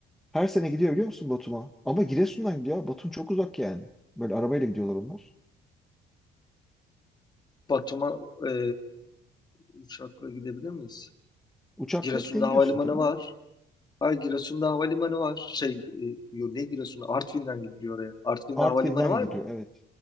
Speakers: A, in the centre; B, on the left.
A: her sene gidiyor biliyor musun Batum'a? Ama Giresun'dan gidiyor. abi, Batum çok uzak yani. Böyle arabayla gidiyorlar onlar.
B: Batum'a e, uçakla gidebilir miyiz?
A: Uçakla
B: Giresun'da
A: gidebiliyorsun
B: havalimanı
A: tabii
B: var.
A: de.
B: Hayır Giresun'da havalimanı var. Şey e, yo, ne Giresun'u? Artvin'den gidiliyor oraya. Artvin'de
A: Artvin'den
B: havalimanı var
A: gidiliyor
B: mı?
A: evet.